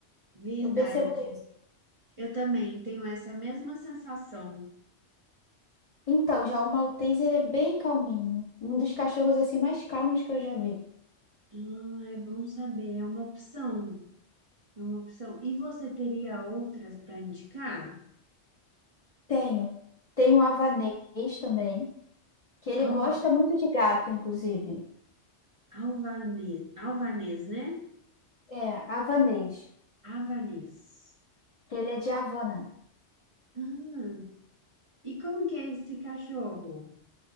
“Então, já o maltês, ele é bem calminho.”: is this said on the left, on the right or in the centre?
Left